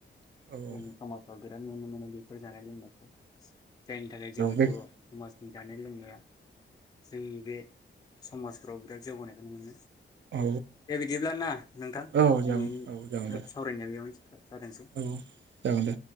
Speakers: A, on the right; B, on the left.
A: आरो
B: जोंनि समाजाव बिराद नुनो मोनो। बि फोर जानाय लोंनायखौ। जायनि थाखाय जोंनि
A: औ बे
B: बर' समाज जानाय लोंनाया जोंनि बे समाजफ्राव बिराद जौगानायखौ नुनो मोनो।
A: औ
B: दे बिदिब्ला ना नोंथां
A: औ जागोन
B: दिनैनि
A: औ जागोन
B: ओ
A: दे
B: सावरायनाया बेयाव थादोंसै।
A: औ जागोन दे